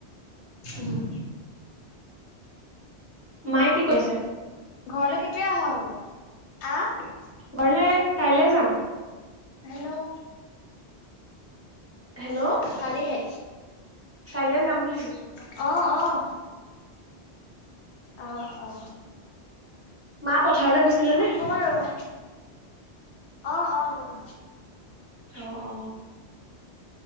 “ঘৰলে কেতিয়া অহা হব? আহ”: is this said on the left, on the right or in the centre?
Left